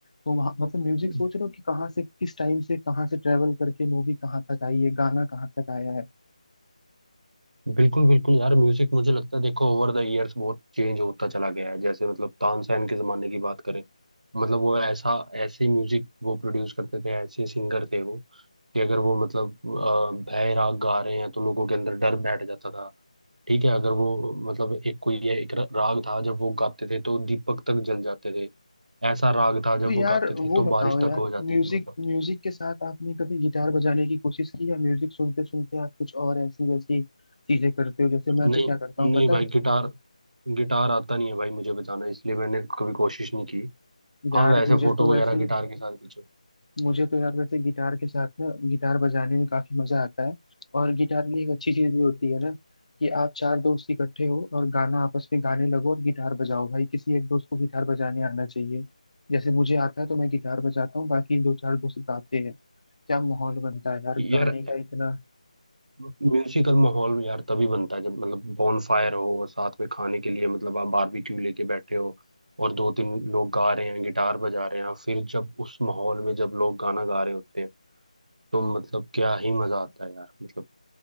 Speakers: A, on the left; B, on the right.
A: तो वहाँ मतलब म्यूजिक
B: हो
A: सोच रहे हो कि कहाँ से किस टाइम से कहाँ से ट्रेवल करके मूवी कहाँ तक आई है गाना कहाँ तक आया है
B: बिल्कुल बिल्कुल यार म्यूजिक मुझे लगता है देखो ओवर द इयर्स बहुत चेंज होता चला गया है जैसे मतलब तानसेन के जमाने की बात करें मतलब वो ऐसा ऐसे म्यूजिक वो प्रोड्यूस करते थे ऐसे सिंगर थे वो कि अगर वो मतलब अ, भय राग गा रहे हैं तो लोगों के अंदर डर बैठ जाता था ठीक है अगर वो मतलब एक कोई ये एक र- राग था जब वो गाते थे तो दीपक तक जल जाते थे ऐसा राग था जब
A: तो यार
B: वो गाते थे
A: वो
B: तो
A: बताओ
B: बारिश
A: यार
B: तक हो जाती
A: म्यूजिक
B: थी मतलब
A: म्यूजिक के साथ आपने कभी गिटार बजाने की कोशिश की या म्यूजिक सुनते सुनते आप कुछ और ऐसी वैसी चीजें करते हो जैसे
B: नहीं
A: मैं तो क्या करता हूँ
B: नहीं
A: पता
B: भाई
A: है
B: गिटार गिटार आता नहीं है भाई मुझे बजाना इसलिए मैंने कभी कोशिश नहीं की
A: यार
B: हाँ वैसे
A: मुझे
B: फोटो
A: तो
B: वगैरह
A: वैसे
B: गिटार के साथ खींचो
A: मुझे तो यार वैसे गिटार के साथ ना गिटार बजाने में काफी मजा आता है और गिटार की एक अच्छी चीज ये होती है ना कि आप चार दोस्त इकट्ठे हो और गाना आपस में गाने लगो और गिटार बजाओ भाई किसी एक दोस्त को गिटार बजाने आना चाहिए जैसे मुझे आता है तो मैं गिटार बजाता हूँ बाकी दो चार दोस्त गाते हैं क्या माहौल बनता है यार
B: यार
A: गाने का इतना
B: म्यूजिकल माहौल में यार तभी बनता है जब मतलब बॉन फायर हो और साथ में खाने के लिए मतलब आप बारबेक्यू लेके बैठे हो और दो तीन लोग गा रहे हैं गिटार बजा रहे हैं फिर जब उस माहौल में जब लोग गाना गा रहे होते हैं तो मतलब क्या ही मजा आता है यार मतलब